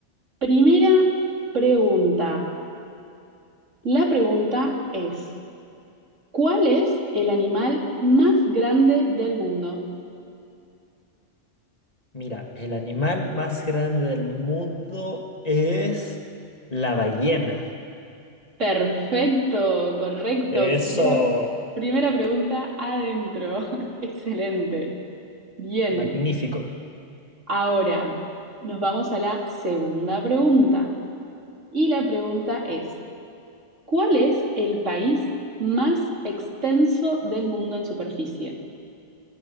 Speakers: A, on the right (about 80°); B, on the left (about 30°).
A: Primera pregunta. La pregunta es, ¿cuál es el animal más grande del mundo?
B: Mira, el animal más grande del mundo es la ballena.
A: Perfecto, correcto.
B: Eso,
A: Primera, primera pregunta adentro. <laughs> Excelente. Bien.
B: magnífico.
A: Ahora, nos vamos a la segunda pregunta. Y la pregunta es, ¿cuál es el país más extenso del mundo en superficie?